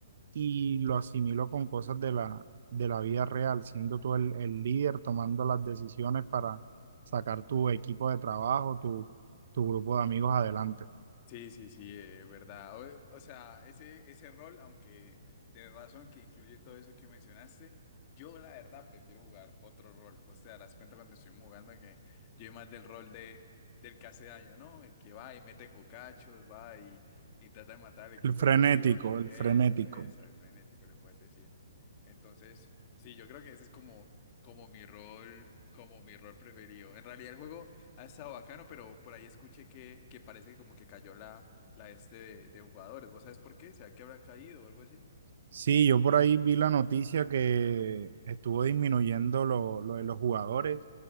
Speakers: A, on the right (about 60°); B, on the left (about 30°).
A: y lo asimilo con cosas de la, de la vida real, siendo tú el, el líder, tomando las decisiones para sacar tu equipo de trabajo, tu, tu grupo de amigos adelante.
B: Sí, sí, sí, eh, verdad. O, o sea, ese, ese rol, aunque tenés razón que incluye todo eso que mencionaste, yo la verdad prefiero jugar otro rol. Vos te darás cuenta cuando estoy jugando que yo soy más del rol de, del que hace daño, ¿no? El que va y mete cocachos, va y, y trata de matar al equipo
A: El frenético,
B: enemigo.
A: el
B: Eso,
A: frenético.
B: eso, el frenético le puedes decir. Entonces, sí, yo creo que ese es como, como mi rol, como mi rol preferido. En realidad el juego... Ha estado bacano, pero por ahí escuché que, que parece que como que cayó la, la este de, de jugadores. ¿Vos sabés por qué? ¿Será que habrá caído o algo así?
A: Sí, yo por ahí vi la noticia que estuvo disminuyendo lo, lo de los jugadores